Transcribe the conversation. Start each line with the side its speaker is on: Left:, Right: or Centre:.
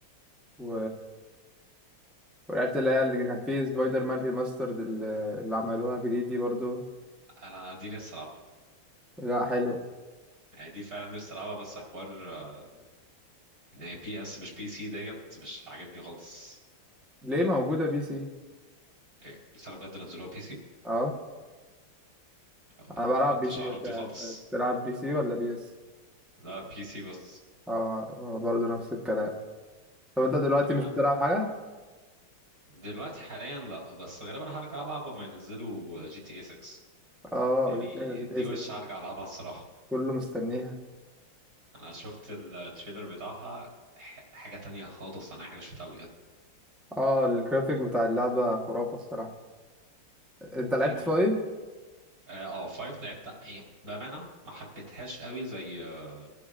Centre: و... ولعبت اللي هي اللي كان فيه سبايدر مان ريماسترد اللي اللي عملوها جديد دي برضو
Right: انا دي نفسي العبها
Centre: لا حلوه
Right: يعني دي فعلا نفسي العبها بس حوار آه، ان هي بي اس مش بي سي ديت مش عاجبني خالص
Centre: ليه موجودة بي سي
Right: إيه، بس انا بجد نزلوها بي سي
Centre: اه
Right: انا
Centre: انا بلعب
Right: ما كنتش
Centre: بي سي
Right: اعرف
Centre: انت
Right: دي خالص
Centre: بتلعب بي سي ولا بي اس
Right: لا بي سي بس
Centre: اه انا برضه نفس الكلام طب انت دلوقتي
Right: انا
Centre: مش بتلعب حاجه
Right: دلوقتي حاليا لا بس غالبا هرجع العب لما ينزلوا جي تي اي 6
Centre: اه
Right: يعني
Centre: جي تي اي جي
Right: دي
Centre: تي 6
Right: وش هرجع العبها الصراحه
Centre: كله مستنيها
Right: انا شفت التريلر بتاعها ح- حاجه تانية خالص انا أي حاجه شفتها قبل كده
Centre: اه الجرافيك بتاع اللعبه خرافه الصراحه انت لعبت
Right: كان
Centre: فايف
Right: اه 5 لعبتها هي بامانه ما حبيتهاش قوي زي آه،